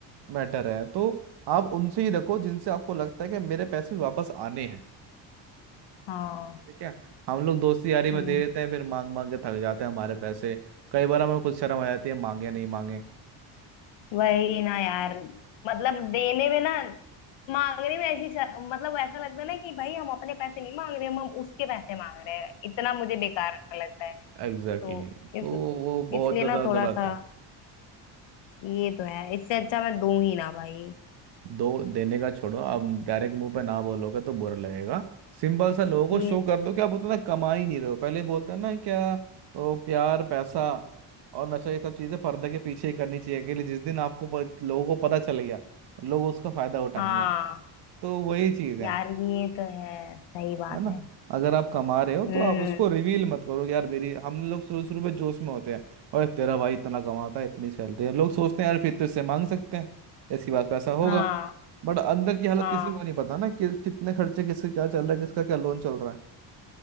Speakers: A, on the right; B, on the left.
A: मैटर है तो आप उनसे ही रखो जिनसे आपको लगता है कि मेरे पैसे वापस आने हैं
B: हाँ
A: ठीक है हम लोग दोस्ती यारी में
B: हम्म
A: दे देते हैं फिर मांग मांग के थक जाते हैं हमारे पैसे कई बार हमें खुद शर्म आ जाती है मांगे नहीं मांगे
B: वही ना यार मतलब देने में ना मांगने में ऐसी शर- मतलब ऐसा लगता है ना कि भाई हम अपने पैसे नहीं मांग रहे हम हम उसके पैसे मांग रहे हैं इतना मुझे बेकार लगता है
A: Exactly
B: तो
A: exactly.
B: इस
A: तो वो
B: इसलिए
A: बहुत ज्यादा
B: ना थोड़ा
A: गलत
B: सा
A: है
B: ये तो है इससे अच्छा मैं दूं ही ना भाई
A: दो देने का छोड़ो आप डायरेक्ट मुंह पे ना बोलोगे तो बुरा लगेगा सिंपल सा लोगों को
B: ये
A: शो कर
B: से
A: दो कि आप उतना कमा ही नहीं रहे हो पहले बोलते हैं ना क्या ओ, प्यार पैसा और नशा ये सब चीजें पर्दे के पीछे ही करनी चाहिए अकेले जिस दिन आपको प- लोगों को पता चल गया लोग उसका फायदा उठाएंगे
B: हाँ
A: तो वही चीज है
B: यार ये तो है सही बात
A: है ना
B: है
A: अगर आप कमा रहे हो
B: हम्म
A: तो आप उसको रिवील मत करो कि यार मेरी हम लोग शुरू शुरू में जोश में होते हैं और तेरा भाई इतना कमाता है इतनी सैलरी है लोग सोचते हैं यार फिर तो इससे मांग सकते हैं इसके पास पैसा
B: हाँ
A: होगा बट अंदर की हालत
B: हाँ
A: किसी को नहीं पता ना कि कितने खर्चे किसके क्या चल रहा है किसका क्या लोन चल रहा है